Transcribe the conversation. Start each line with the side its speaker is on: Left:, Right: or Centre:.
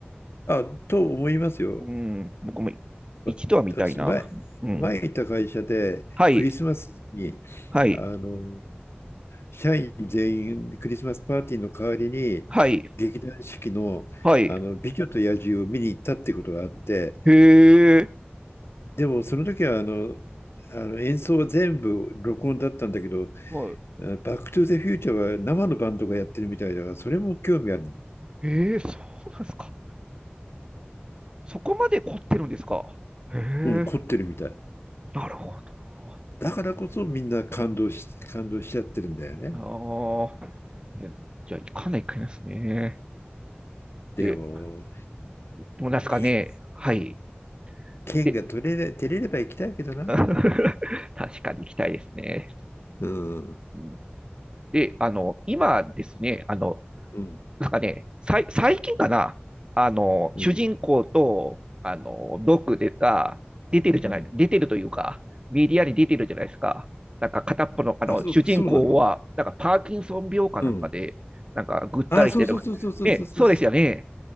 Left: あ、と思いますよ。
Right: うん、僕も
Left: わ私、
Right: 一度は見たいな。
Left: 前、
Right: うん。
Left: 前いた会社でクリスマスに、
Right: はい、はい、
Left: あの社員全員クリスマスパーティーの代わりに劇団四季の、
Right: はい、はい。
Left: あの「美女と野獣」を見に行ったってことがあって
Right: へえ、
Left: でもその時はあのあの演奏は全部録音だったんだけど
Right: はい。
Left: 「あのバック・トゥ・ザ・フューチャー」は生のバンドがやってるみたいだからそれも興味ある、
Right: へえ、そうなんですか。そこまで凝ってるんですか。へ
Left: うん、凝ってるみたい
Right: え、なるほどな。
Left: だからこそみんな感動し、感動しちゃってるんだよね
Right: ああ、えじゃあ行かないかいますね。
Left: でも
Right: で、どうなんですかね。
Left: い
Right: はい。
Left: 剣が取れれ、
Right: で、
Left: 照れれば行きたいけどな。
Right: <laughs> 確かに行きたいですね。
Left: うん。
Right: うんで、あの、今ですね、あの、
Left: うん。
Right: なんかね、さい、最近かな、あの、
Left: うん。
Right: 主人公と、あの、ドックでが出てるじゃない、
Left: うん。
Right: 出てるというか、メディアに出てるじゃないですか。なんか片っぽの、あの、
Left: あ、そう、
Right: 主人公は、
Left: そうなの
Right: なんかパーキンソン病かなんかで、
Left: うん。
Right: なんかぐったりしてる。
Left: あ、そうそうそうそうそうそうそう。
Right: ね、そうですよね。